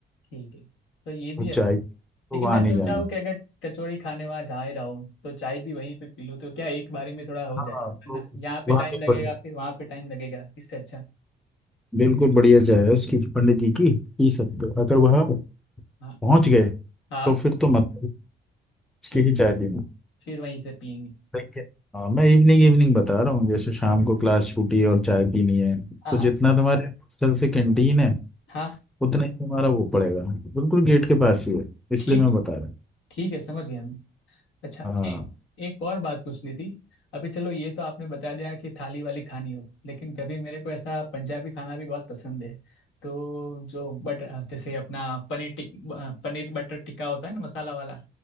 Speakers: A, on the left (about 80°); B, in the centre.
A: ठीक है तो ये भी
B: उस
A: है
B: चाय की, तो
A: लेकिन
B: वहाँ
A: मैं सोचा
B: नहीं जाना
A: हूँ
B: था
A: कि अगर कचौड़ी खाने वहाँ जा ही रहा हूँ तो चाय भी वहीं पे पी लूँ तो क्या एक बारी में थोड़ा हो
B: हाँ
A: जाए है
B: तो
A: ना यहाँ पे
B: वहाँ
A: टाइम
B: के
A: लगेगा
B: बढ़िया
A: फिर वहाँ पे टाइम लगेगा इससे अच्छा
B: बिल्कुल बढ़िया चाय है उसकी पंडित जी की पी सकते हो अगर वहाँ
A: हाँ
B: पहुँच गए
A: हाँ
B: तो फिर तो मत उसकी
A: ठीक
B: ही चाय पीना
A: फिर वहीं से पियेंगे
B: देखिए हाँ मैं इवनिंग इवनिंग बता रहा हूँ जैसे शाम को क्लास छूटी है और चाय पीनी है
A: हाँ
B: तो
A: हाँ
B: जितना तुम्हारे हॉस्टल से कैंटीन है
A: हाँ
B: उतना ही तुम्हारा वो पड़ेगा बिल्कुल गेट के पास ही है इसलिए
A: ठीक
B: मैं बता रहा हूँ
A: ठीक है समझ गया मैं अच्छा
B: हाँ
A: ए, एक और बात पूछनी थी अभी चलो ये तो आपने बता दिया कि थाली वाली खानी हो लेकिन कभी मेरे को ऐसा पंजाबी खाना भी बहुत पसंद है तो जो बट जैसे अपना पनीर टिक अ, पनीर बटर टिक्का होता है ना मसाला वाला